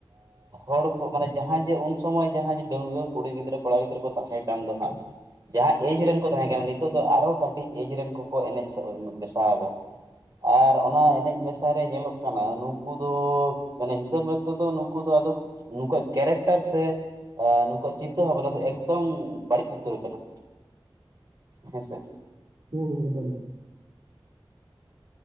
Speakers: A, on the right (about 40°); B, on the right (about 60°).
A: ᱦᱚᱲ ᱠᱚ ᱢᱟᱱᱮ ᱡᱟᱦᱟᱸᱭ ᱡᱮ ᱩᱱ ᱥᱚᱢᱚᱭ ᱡᱟᱦᱟᱸᱭ ᱡᱮ ᱰᱟᱹᱝᱜᱩᱣᱟᱹ ᱠᱩᱲᱤ ᱜᱤᱫᱽᱨᱟᱹ ᱠᱚᱲᱟ ᱜᱤᱫᱽᱨᱟᱹ ᱠᱚ ᱛᱟᱦᱮᱸ ᱠᱟᱱ ᱫᱚ ᱦᱟᱸᱜ, ᱡᱟᱦᱟ ᱮᱡᱽ ᱨᱮᱱ ᱠᱚ ᱛᱟᱦᱮᱸ ᱠᱟᱱᱟ ᱱᱤᱛᱚᱜ ᱫᱚ ᱟᱨᱚ ᱠᱟᱹᱴᱤᱡ ᱮᱡᱽ ᱨᱮᱱ ᱠᱚᱠᱚ ᱮᱱᱮᱡ ᱢᱮᱥᱟ ᱠᱟᱱᱟ᱾ ᱟᱨ ᱚᱱᱟ ᱮᱱᱮᱡ ᱢᱮᱥᱟ ᱨᱮ ᱧᱮᱞᱚᱜ ᱠᱟᱱᱟ ᱱᱩᱝᱠᱩ ᱫᱚ, ᱢᱟᱱᱮ ᱦᱤᱥᱟᱹᱵ ᱢᱛᱚ ᱫᱚ ᱱᱩᱠᱩ ᱫᱚ ᱱᱩᱠᱩᱣᱟᱜ ᱠᱮᱨᱮᱠᱴᱟᱨ ᱥᱮ, ᱮ ᱱᱩᱠᱩᱣᱟᱜ ᱪᱤᱱᱛᱟᱹ ᱵᱷᱟᱵᱱᱟ ᱫᱚ ᱮᱠᱫᱚᱢ ᱵᱟᱹᱲᱤᱡ ᱩᱛᱟᱹᱨ ᱠᱟᱱᱟ᱾ ᱦᱮᱸ ᱥᱮ,
B: ᱦᱮᱸᱦᱮᱸ ᱮᱠᱫᱚᱢ ᱮᱠᱫᱚᱢ ᱾